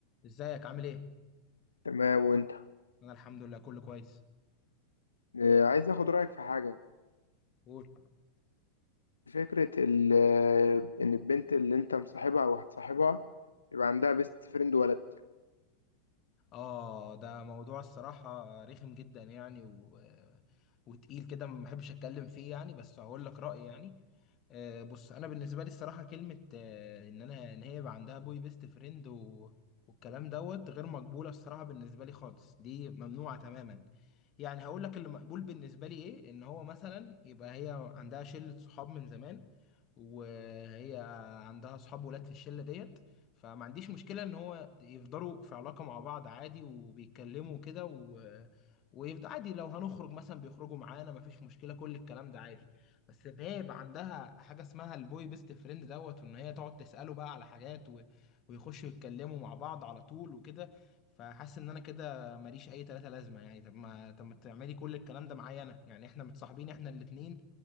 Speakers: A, on the left; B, on the left.
A: ازيك عامل ايه؟
B: تمام وانت
A: انا الحمد لله كله كويس
B: آه، عايز اخد رأيك في حاجة
A: قول
B: فكرة ال- آه، ان البنت اللي انت مصاحبها او هتصاحبها يبقى عندها بيست فريند ولد
A: اه ده موضوع الصراحة رخم جدا يعني و... وتقيل كده ما بحبش اتكلم فيه يعني بس هقول لك رأيي يعني آه بص انا بالنسبة لي الصراحة كلمة آه ان انا ان هي يبقى عندها بوي بيست فريند و... والكلام دوت غير مقبولة الصراحة بالنسبة لي خالص دي ممنوعة تماما يعني هقول لك اللي مقبول بالنسبة لي ايه ان هو مثلا يبقى هي عندها شلة صحاب من زمان وهي عندها صحاب ولاد في الشلة ديت فما عنديش مشكلة ان هو يفضلوا في علاقة مع بعض عادي وبيتكلموا كده و... ويفضل عادي لو هنخرج مثلا بيخرجوا معانا مفيش مشكلة كل الكلام ده عادي بس ان هي يبقى عندها حاجة اسمها البوي بيست فريند دوت وان هي تقعد تسأله بقى على حاجات و... ويخشوا يتكلموا مع بعض على طول وكده فحاسس ان انا كده ماليش اي تلاتة لازمة يعني طب ما طب ما تعملي كل الكلام ده معايا انا يعني احنا متصاحبين احنا الاتنين